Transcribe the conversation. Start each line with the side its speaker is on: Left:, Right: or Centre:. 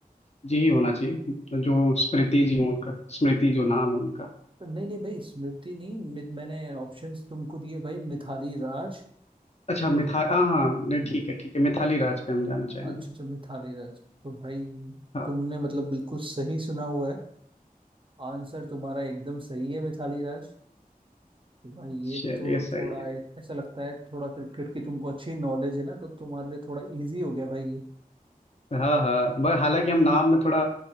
Left: जी ही होना चाहिए जो स्मृति जी उनका स्मृति जो नाम है उनका
Right: नहीं नहीं भाई स्मृति नहीं मि- मैंने ऑप्शंस तुमको दिए भाई मिथाली राज
Left: अच्छा मिथा हाँ हाँ नहीं ठीक है ठीक है मिथाली राज पे हम जाना चाहेंगे
Right: अच्छा अच्छा मिथाली राज तो भाई
Left: हाँ
Right: तुमने मतलब बिल्कुल सही सुना हुआ है आंसर तुम्हारा एकदम सही है मिथाली राज तो भाई ये
Left: चलिए
Right: तो
Left: सही
Right: थोड़ा
Left: है
Right: एक- ऐसा लगता है थोड़ा क्रिकेट की तुमको अच्छी नॉलेज है ना तो तुम्हारे लिए थोड़ा इजी हो गया भाई ये
Left: हाँ हाँ ब- हालांकि हम नाम में थोड़ा